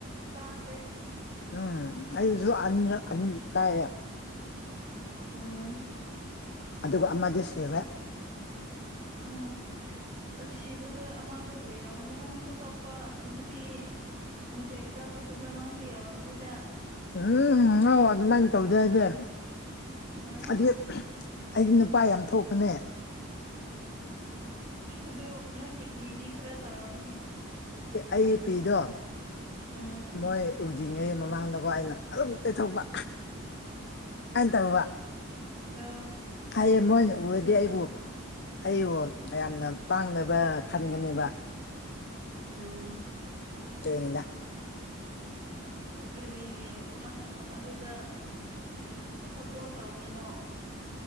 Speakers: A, on the right; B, on the left.
A: ꯀꯥꯈ꯭ꯔꯦ
B: ꯎꯝ ꯑꯩꯁꯨ ꯑꯅꯤ ꯑꯅꯤ ꯀꯥꯏꯌꯦ
A: ꯎꯝ
B: ꯑꯗꯨꯒ ꯑꯃꯗꯤ ꯁꯤꯔꯦ
A: <unintelligible> ꯁꯤꯕꯗ ꯑꯃꯗꯣ ꯂꯩꯔꯝꯃꯗꯤ ꯅꯪꯁꯨ ꯀꯥꯞꯄ ꯅꯨꯄꯤ ꯃꯁꯦꯟ ꯀꯥꯞꯄꯗꯨꯗ ꯅꯪꯁꯨ ꯌꯥꯎꯔꯝꯅꯤꯗ
B: ꯎꯝ ꯉꯧ ꯑꯗꯨꯃꯥꯏꯅ ꯇꯧꯗꯦ ꯑꯩꯗꯤ
A: ꯎꯝ
B: ꯑꯗꯤ ꯑꯩꯗꯤ ꯅꯨꯄꯥ ꯌꯥꯝ ꯊꯣꯛꯄꯅꯦ
A: ꯑꯗꯨ ꯅꯪꯒꯤ ꯄꯤꯗꯤ ꯈꯔ ꯇꯥꯔꯝꯅꯤ
B: ꯑꯩꯒꯤ ꯄꯤꯗꯣ
A: ꯎꯝ
B: ꯃꯣꯏ ꯎꯗ꯭ꯔꯤꯉꯩ ꯃꯃꯥꯡꯗꯀꯣ ꯑꯩꯅ ꯑꯗꯨꯝ ꯇꯩꯊꯣꯛꯄ ꯑꯅ ꯇꯧꯕ
A: ꯑ
B: ꯍꯥꯏꯌꯦ ꯃꯣꯏꯅ
A: ꯑꯗꯨꯒꯤꯅꯦꯕ
B: ꯎꯔꯗꯤ ꯑꯩꯕꯨ ꯑꯩꯕꯨ ꯌꯥꯝꯅ ꯄꯥꯡꯗꯕ ꯈꯟꯒꯅꯦꯕ
A: ꯎꯝ
B: ꯗꯨꯏꯅꯤꯗ
A: ꯀꯔꯤꯒꯤ ꯅꯪ ꯑꯗꯨꯗ ꯁꯞꯄꯣꯔꯠ ꯇꯧꯔꯤꯅꯣ